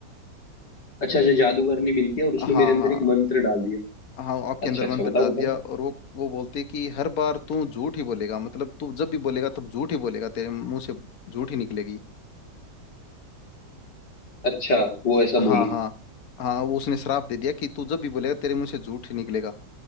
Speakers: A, on the left; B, on the left.
A: अच्छा अच्छा जादूगरनी मिलती है और उसने
B: हाँ
A: मेरे अंदर
B: हाँ
A: एक मंत्र डाल दिया
B: हाँ आपके
A: अच्छा
B: अंदर
A: अच्छा
B: मंत्र
A: बताओ
B: डाल
A: बताओ
B: दिया और वो वो बोलती है कि हर बार तू झूठ ही बोलेगा मतलब तू जब भी बोलेगा तब झूठ ही बोलेगा तेरे मुंह से झूठ ही निकलेगी
A: अच्छा वो ऐसा
B: हाँ
A: बोली
B: हाँ हाँ वो उसने श्राप दे दिया कि तू जब भी बोलेगा तेरे मुंह से झूठ ही निकलेगा